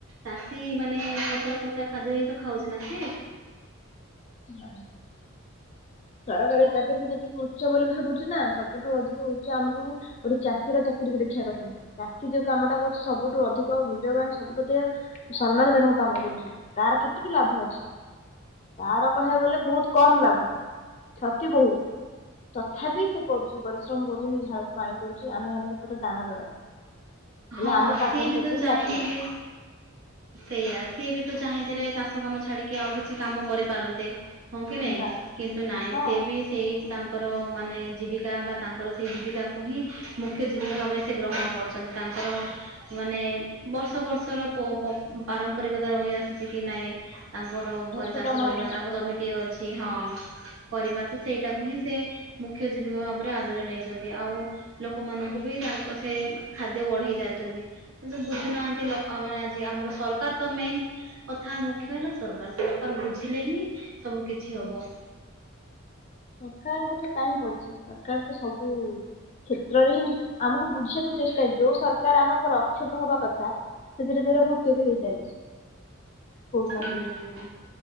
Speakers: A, on the right (about 70°); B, on the left (about 35°).
A: ଚାଷୀ ମାନେ ଫସଲ କରୁଥିବା ଖାଦ୍ୟ ହିଁ ତ ଖାଉଛି ନା ସିଏ?
B: ବା ସରକାରୀ ଚାକିରୀକୁ ଯେତିକି ଉଚ୍ଚ ବୋଲି ଭାବୁଛିୁ ନା ସବୁଠୁ ଅଧିକ ଉଚ୍ଚ ଆମକୁ ଗୋଟେ ଚାଷୀର ଚାକିରିୀକୁ ଦେଖିବା କଥା। ଚାଷୀ ଯୋଉ କାମଟା କରୁଛି ସବୁଠୁ ଅଧିକ ମୂଲ୍ୟବାନ ସବୁଠୁ ଅଧିକ ସମ୍ମାନ ଜନକ କାମ କରୁଛି ତାର କେତିକି ଲାଭ ଅଛି। ତାର କହିବାକୁ ଗଲେ ବୋହୁତ୍ କମ ଲାଭ କ୍ଷତି ବୋହୁତ୍। ତଥାପି ସେ କରୁଛି ବ ପରିଶ୍ରମ କରୁଛନ୍ତି ଝାଳ କୁ ପାଣି କରୁଛି ଆମେ ମାନଙ୍କୁ ପେଟରେ ଦାନା ଦେବା ପାଇଁ। ହେଲେ
A: ହଁ
B: ଆମେ ତାଙ୍କର
A: ସିଏ ବି
B: କେତେ
A: ତ
B: ହିଁ
A: ଚାହିଁଥିଲେ
B: ଲାତ ଲଗୁଛୁ
A: ସେଇଆ ସିଏ ବି ତ ଚାହିଁଥିଲେ ଚାଷ କାମ ଛାଡିକି ଆଉ କିଛି କାମ କରିପାରନ୍ତେ। ହଁ କି ନାଇଁ
B: ବାସ୍
A: କିନ୍ତୁ ନାଇଁ
B: ହଁ
A: ସେଏ ବି ସେଇ ତାଙ୍କର ମାନେ ଜୀବିକା ବା ତାଙ୍କର ସେହି ଜୀବିକାକୁ ହିଁ ମୁଖ୍ୟ ଜୀବିକା ଭାବେ ସେ ଗ୍ରହଣ କରୁଛନ୍ତି। ତାଙ୍କର ମାନେ ବର୍ଷ ବର୍ଷର ପ ପ-ପାରମ୍ପରିକତା ରହିଆସିଛି କି ନାଇଁ ତାଙ୍କର ଘରେ
B: କେତେ
A: ଚାଷ
B: ପ୍ରମାଣ
A: କରିବା
B: ତାଙ୍କର
A: ତାଙ୍କ ଜମିଟିଏ ଅଛି ହଁ କରିବା ତ ସେଇଟାକୁ ହିଁ ସେ ମୁଖ୍ୟ ଜୀବିକା ଭାବରେ ଆଦର ନେଇଛନ୍ତି ଆଉ ଲୋକମାନଙ୍କୁ ବି ତାଙ୍କ ସେ ଖାଦ୍ୟ ବଢେଇ ଚାଲିଛନ୍ତି କିନ୍ତୁ ବୁଝୁନାହାନ୍ତି ଲ ମାନେ ଆଜି ଆମର ସରକାର ତ ମେନ୍ କଥା ମୁଖ୍ୟ ହେଲା ସରକାର ସରକାର ବୁଝିଲେ ହିଁ ସବୁ କିଛି ହବ।
B: ସରକାରଙ୍କ କଥା କାହିଁ ପଡିଛି ସରକାର ତ ସବୁ କ୍ଷେତ୍ରରେ ହିଁ, ଆମକୁ ବୁଝିବାକୁ ଚେଷ୍ଟା ଯୋଉ, ସରକାର ଆମରକ, ରକ୍ଷକ ହବା କଥା ସେ ଧୀରେ ଧୀରେ ଭକ୍ଷକ ହେଇ ଚାଲିଛି, କୋଉଠି
A: ହୁଁ।
B: ନା କୋଉଠି।